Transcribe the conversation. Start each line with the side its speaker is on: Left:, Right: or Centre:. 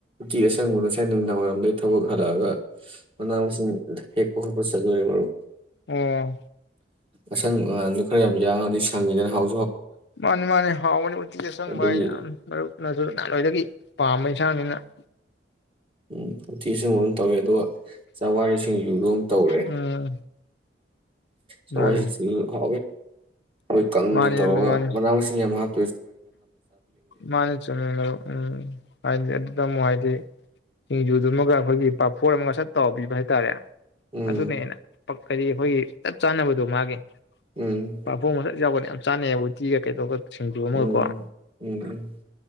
Right: ꯇꯇꯤ ꯑꯁꯪꯕꯨ ꯉꯁꯥꯏ ꯅꯨꯡꯗꯥꯡ ꯋꯥꯏꯔꯝꯗꯒꯤ ꯊꯛꯜꯂꯛꯑꯒ ꯑꯅꯥꯁꯤ ꯍꯦꯛ ꯄꯣ ꯍꯣꯏ ꯄ ꯆꯖꯣꯏꯦ ꯣ
Left: ꯑꯣ
Right: ꯑꯁꯪ ꯈꯔ ꯌꯥꯝ ꯌꯥꯡꯉꯒꯗꯤ ꯁꯪꯉꯤꯗꯅ ꯍꯥꯎ
Left: ꯃꯥꯅꯤ ꯃꯥꯅꯤ ꯍꯥꯎꯕꯅꯤ ꯎꯇꯤꯤꯁ ꯑꯁꯪꯕ
Right: ꯑꯗꯨꯒꯤ
Left: ꯍꯥꯏ ꯌꯥꯝ ꯃꯔꯨꯞꯅꯁꯨ ꯅꯍꯥꯟꯋꯥꯗꯒꯤ ꯄꯥꯝꯕꯩ ꯆꯥꯡꯉꯤꯅ
Right: ꯎꯝ ꯑꯣ ꯆꯁꯨ ꯍ ꯇꯧꯋꯦ ꯑꯗꯨꯒ ꯆꯥꯝꯋꯥꯔꯤꯁꯤꯡꯁꯨ ꯑꯗꯨꯝ ꯇꯧꯔꯦ
Left: ꯎꯝ
Right: ꯁꯋꯥ
Left: ꯃꯥꯅꯤ
Right: ꯍ ꯃꯣꯏ ꯀꯪꯅ
Left: ꯃꯥꯅꯤ
Right: ꯇꯧꯔꯒ
Left: ꯃꯥꯅꯤ
Right: ꯃꯅꯥ ꯃꯁꯤꯡꯁ ꯃꯍꯥꯛ
Left: ꯃꯥꯅꯤ ꯆꯣ ꯎꯝ ꯇ ꯑꯃꯨꯛ ꯍꯥꯏꯗꯤ ꯁꯤꯡꯖꯨꯗꯨ ꯑꯃꯒ ꯑꯩꯈꯣꯏꯒꯤ ꯄꯥꯐꯣꯔꯠ ꯑꯃꯒ ꯁꯠ ꯇꯥꯎꯕꯤꯕ ꯍꯥꯏꯇꯥꯔꯦ
Right: ꯎꯝ
Left: ꯑꯗꯨꯗ ꯅꯦꯅ ꯀꯔꯤ ꯑꯩꯈꯣꯏꯒꯤ ꯆꯞ ꯆꯥꯅꯕꯗꯣ ꯃꯥꯒꯤ
Right: ꯎꯝ
Left: ꯄꯄꯨ ꯃꯁ ꯌꯥꯕꯅꯦ ꯌꯥꯝ ꯆꯥꯅꯩꯕꯨꯗꯤꯤꯒ <inaudible>
Right: ꯎꯝ ꯎꯝ ꯎꯝ